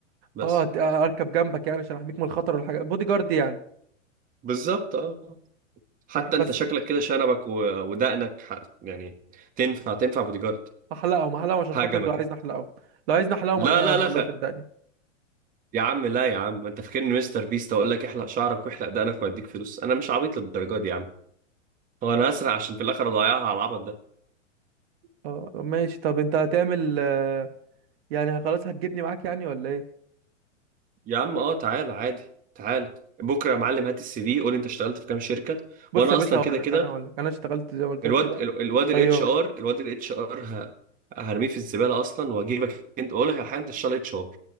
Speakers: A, on the right (about 20°); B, on the right (about 50°).
A: بس
B: اه ت- آه، اركب جنبك يعني عشان احميك من الخطر والحاجات بودي جارد يعني
A: بالظبط اه حتى
B: طب
A: انت
B: بس
A: شكلك كده شنبك و... ودقنك ح... يعني تنفع تنفع بودي جارد
B: احلقهم احلقهم عشان
A: هجمك
B: خاطرك لو عايزني احلقهم لو عايزني احلقهم
A: لا
B: احلقهم
A: لا لا
B: والله
A: خ-
B: صدقني
A: يا عم لا يا عم انت فاكرني مستر بيست اقول لك احلق شعرك واحلق دقنك واديك فلوس انا مش عبيط للدرجه دي يا عم هو انا هسرع عشان في الاخر اضيعها على العبط ده
B: اه ماشي طب انت هتعمل آه، يعني خلاص هتجيبني معاك يعني ولا ايه
A: يا عم اه تعال عادي تعال بكره يا معلم هات السي في قول انت اشتغلت في كام شركه
B: بص
A: وانا
B: يا باشا
A: اصلا
B: هقول
A: كده
B: لك
A: كده
B: انا هقول لك انا اشتغلت زي ما قلت
A: الواد
B: لك كده
A: ال- الواد الاتش
B: طيار
A: ار الواد الاتش ار ه... هرميه في الزباله اصلا واجيبك انت اقول لك على حاجه انت اشتغل اتش ار